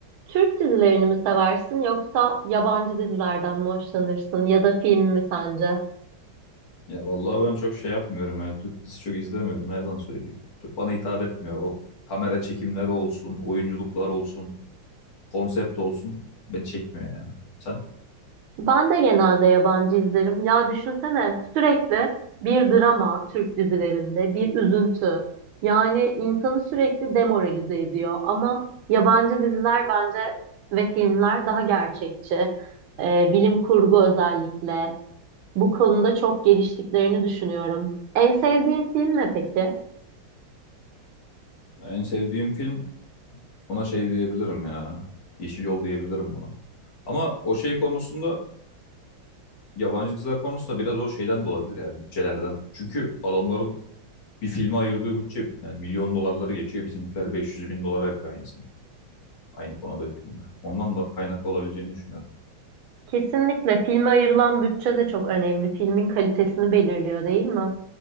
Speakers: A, on the right; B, on the left.
A: Türk dizilerini mi seversin yoksa yabancı dizilerden mi hoşlanırsın ya da film mi sence?
B: Ya vallahi ben çok şey yapmıyorum yani Türk dizisi çok izlemiyorum ne yalan söyleyeyim. Çok bana hitap etmiyor. O kamera çekimleri olsun, oyunculuklar olsun, konsept olsun beni çekmiyor yani. Sen?
A: Ben de genelde yabancı izlerim. Ya düşünsene sürekli bir drama Türk dizilerinde, bir üzüntü. Yani insanı sürekli demoralize ediyor ama yabancı diziler bence ve filmler daha gerçekçi. Ee, bilim kurgu özellikle bu konuda çok geliştiklerini düşünüyorum. En sevdiğin film ne peki?
B: En sevdiğim film ona şey diyebilirim ya. Yeşil Yol diyebilirim buna. Ama o şey konusunda yabancı diziler konusunda biraz o şeyden de olabilir ya bütçelerden. Çünkü adamların bir filme ayırdığı bütçe yani milyon dolarları geçiyor. Bizimkiler beş yüz bin dolara yapıyor aynısını. Aynı konuda bir filme. Ondan da kaynaklı olabileceğini düşünüyorum.
A: Kesinlikle filme ayrılan bütçe de çok önemli. Filmin kalitesini belirliyor değil mi?